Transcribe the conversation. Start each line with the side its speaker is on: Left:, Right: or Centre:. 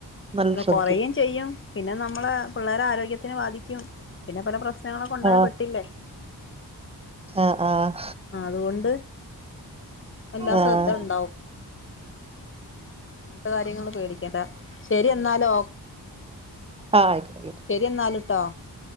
Right: നല്ല ശ്രദ്ധിക്കും
Left: കൊറയും ചെയ്യും പിന്നെ നമ്മള് പിള്ളേരെ ആരോഗ്യ ത്തിനെ ബാധിക്കും. പിന്നെ പല പ്രശ്നങ്ങളൊക്കെ ഉണ്ടായാ
Right: ആഹ്
Left: പെട്ടില്ലേ?
Right: ആഹ് ആഹ്
Left: ആ അതുകൊണ്ട് എല്ലാ
Right: ആഹ് ആഹ്
Left: ശ്രദ്ധ ഉണ്ടാവും അങ്ങൻത്ത കാര്യങ്ങളും പേടിക്കേണ്ട ശരി എന്നാലോ
Right: ആയിക്കോട്ടെ ആയിക്കോട്ടെ
Left: ശരി എന്നാലട്ടോ